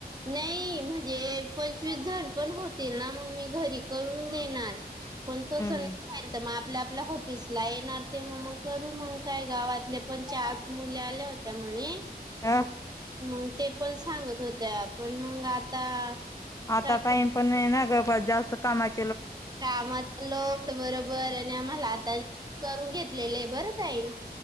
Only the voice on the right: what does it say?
नाही म्हणजे पंचवीस जण पण होतील ना मग मी घरी करून देणार. पण तसं
नहीं व्हायला त म आप पल्या आपल्या ऑफिसला येणार तेव्हा मग करू मग काय गावातले पण चार मुली आल्या होत्या म्हणे
मग ते पण सांगत होत्या. पण मग आता
काय
कामचा लोड बरोबर आणि आम्हाला आता करून घेत लेलं ये. बरं ताई.